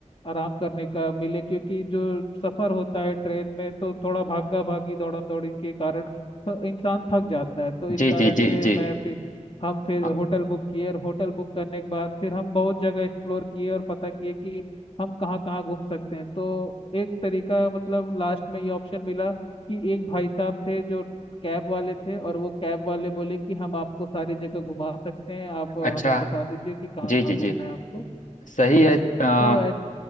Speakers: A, on the left; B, on the left.
A: आराम करने का मिले क्योंकि जो सफर होता है ट्रेन में तो थोड़ा भागा भागी दौड़म दौड़ी के कारण थ- इंसान थक जाता है तो इस
B: जी
A: कारण
B: जी जी
A: से
B: जी
A: मैं फिर हम फिर
B: हाँ,
A: होटल बुक किए और होटल बुक करने के बाद फिर हम बहुत जगह एक्सप्लोर किए और पता किए कि हम कहाँ कहाँ घूम सकते हैं तो एक तरीका मतलब लास्ट में ये ऑप्शन मिला कि एक भाई साहब थे जो कैब वाले थे और वो कैब वाले बोले कि हम आपको सारी जगह घुमा सकते हैं आप
B: अच्छा
A: हमें बता दीजिए कि कहाँ
B: जी
A: कहाँ
B: जी
A: घूमना
B: जी
A: है आपको
B: सही है अ,
A: तो